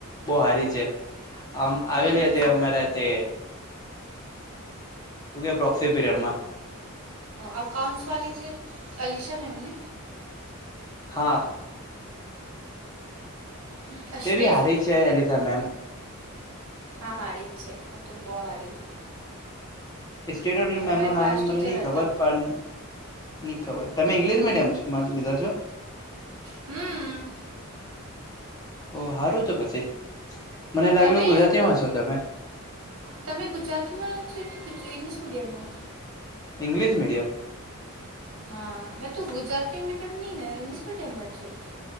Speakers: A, on the left; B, on the right.
A: બહુ હારી છે આમ આવેલી
B: હમ
A: હતી અમારા તે ઓકે પ્ર્રોક્સ પીરિયડમાં
B: અકાઉન્ટ્સ વા છે અલીશા મેૅમને
A: હા
B: <unintelligible>
A: તે બી હારી છે એલિસા મેમ
B: હા હારી જ છે હું તો બહુ હારીશ
A: સ્ટેટ મે એમનું
B: મારા ક્લાસ
A: નામ
B: ટીચર
A: મને નહી ખબર
B: હતા
A: પણ નની ખબર તમે ઇંગ્લિશ મીડિયમ મારે લીધા છો
B: હમ
A: ઓ સારું છ પછી મને લાગેલ
B: તમે
A: ગુજરાતી માં છો તમે
B: તમે ગુજરાતીમાં છે કે ઇંગ્લિશ મીડિયમમાં
A: ઇ્લિશ મીડયમ
B: હા મેં તો ગુજરાતી મીડિયમની ઇંગ્લિશ મીડિયમમાં છું